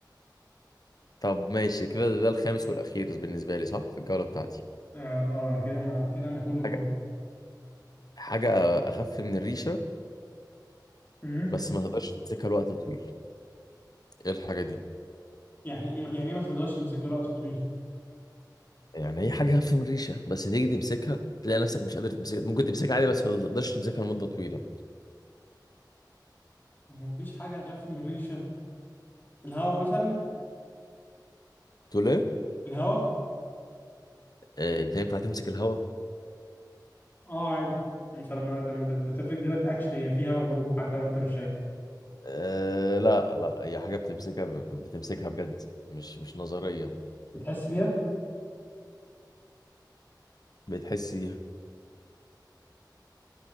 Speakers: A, on the left; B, on the left.
A: طب ماشي كده ده الخامس والاخير بالنسبه لي صح في الجوله بتاعتي
B: اه آه، انا كده ما كده انا كله قوي
A: حاجة حاجه اخف من الريشه
B: مم.
A: بس ما تقدرش تمسكها لوقت طويل ايه الحاجه دي
B: يعني إيه ما- يعني إيه ما تقدرش تمسك وقت طويل
A: يعني هي حاجه اخف من الريشه بس تيجي تمسكها تلاقي نفسك مش قادر تمسكها ممكن تمسكها عادي بس ما تقدرش تمسكها لمده طويله
B: هو مفيش حاجه اخف من الريشه الهواء مثلا
A: تقول ايه
B: الهواء
A: آه، انت ينفع تمسك الهوا
B: اه عادي انت لما لما بت- بتفرد ايدك اكشلي هي في هواء جوه حتى لو انت مش شايف
A: آه لا لا هي حاجه بتمسكها بتمسكها بجد مش مش نظريا
B: بتحس بيها
A: بتحس دي